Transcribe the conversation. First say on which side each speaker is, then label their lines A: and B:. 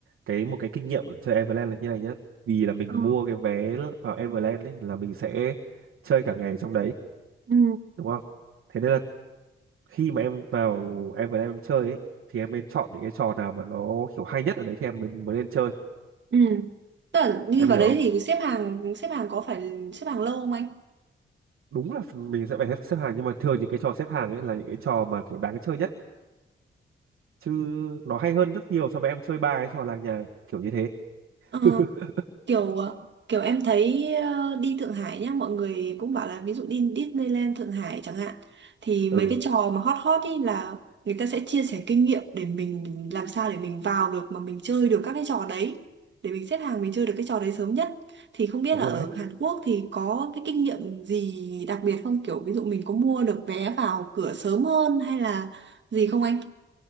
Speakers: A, on the right (about 80°); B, on the right (about 60°).
A: cái một cái kinh nghiệm chơi Everland là như này nhá vì là mình
B: Ờ,
A: mua cái vé vào Everland ấy là mình sẽ chơi cả ngày ở trong đấy
B: Ừ.
A: đúng không thế nên là khi mà em vào Everland em chơi ấy thì em nên chọn những cái trò nào mà nó kiểu hay nhất ở đấy thì em mới mới nên chơi
B: Ừ. Tức là đi
A: em
B: vào
A: hiểu
B: đấy
A: không
B: thì xếp hàng xếp hàng có phải xếp hàng lâu không anh?
A: đúng là mình sẽ phải xếp xếp hàng nhưng mà thường những cái trò xếp hàng ấy là những cái trò mà kiểu đáng chơi nhất chứ nó hay hơn rất nhiều so với em chơi ba cái trò làng nhàng kiểu như thế
B: Ờ.
A: <laughs>
B: kiểu ờ, kiểu em thấy ờ, đi Thượng Hải nhá mọi người cũng bảo là ví dụ đi Disneyland Thượng Hải chẳng hạn thì mấy
A: ừ
B: cái trò mà hot hot ý là người ta sẽ chia sẻ kinh nghiệm để mình làm sao để mình vào được mà mình chơi được các cái trò đấy để mình xếp hàng mình chơi được cái trò đấy sớm nhất thì không biết
A: đúng
B: là
A: rồi
B: ở
A: đấy
B: Hàn Quốc thì có cái kinh nghiệm gì đặc biệt không kiểu ví dụ mình có mua được vé vào cửa sớm hơn hay là gì không anh?